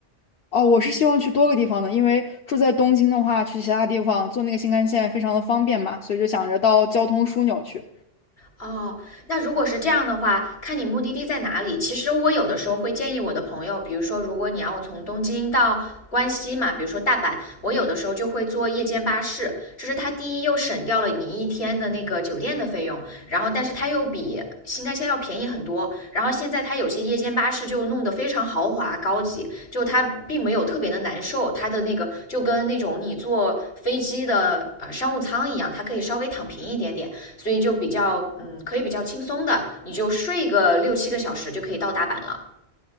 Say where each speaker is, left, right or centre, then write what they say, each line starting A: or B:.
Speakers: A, on the left; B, on the left.
A: 哦，我是希望去多个地方的，因为住在东京的话，去其他地方坐那个新干线非常的方便嘛，所以就想着到交通枢纽去。
B: 哦，那如果是这样的话，看你目的地在哪里。其实我有的时候会建议我的朋友，比如说，如果你要从东京到关西嘛，比如说大阪，我有的时候就会坐夜间巴士。就是它第一又省掉了你一天的那个酒店的费用，然后但是它又比新干线要便宜很多。然后现在它有些夜间巴士就弄得非常豪华高级，就它并没有特别的难受，它的那个就跟那种你坐飞机的呃商务舱一样，它可以稍微躺平一点点。所以就比较嗯，可以比较轻松的，你就睡个六七个小时就可以到大阪了。